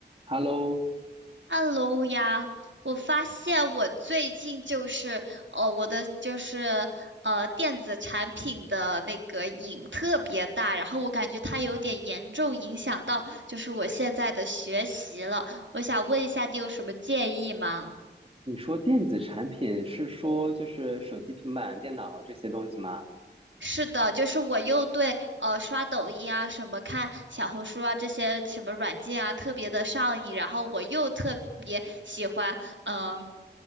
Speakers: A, on the right; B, on the right.
A: Hello，
B: Hello 呀，我发现我最近就是呃，我的就是呃电子产品的那个瘾特别大，然后我感觉它有点严重影响到就是我现在的学习了。我想问一下，你有什么建议吗？
A: 你说电子产品是说就是手机、平板、电脑这些东西吗？
B: 是的，就是我又对呃刷抖音啊、什么看小红书啊这些什么软件啊特别的上瘾，然后我又特别喜欢嗯、呃